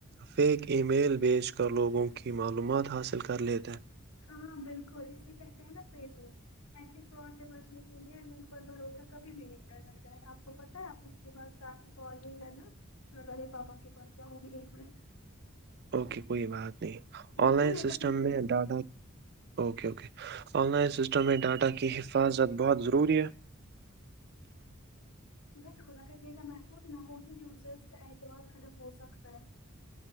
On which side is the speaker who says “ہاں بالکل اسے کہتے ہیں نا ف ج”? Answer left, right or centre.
Left